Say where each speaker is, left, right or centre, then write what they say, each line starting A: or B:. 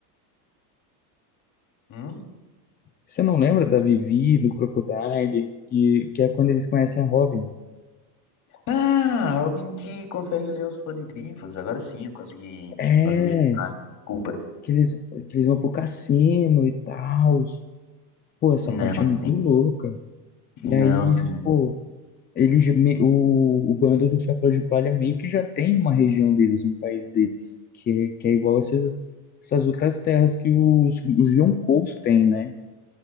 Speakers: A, on the left; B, on the left.
A: Hum?
B: Você não lembra da Vivi, do Crocodile, que, que é quando eles conhecem a Robin?
A: Ah, Robin que consegue ler os panegrifos. Agora sim, eu consegui,
B: É,
A: consegui. Ah, desculpa.
B: que eles, que eles vão pro cassino e tal. Pô, essa
A: Não,
B: parte é muito
A: sim.
B: louca.
A: Não,
B: E aí,
A: sim.
B: pô, ele, já me- o, o bando do Chapéu de Palha meio que já tem uma região deles, um país deles, que é, que é igual essas, essas outras terras que os, os Yonkous têm, né?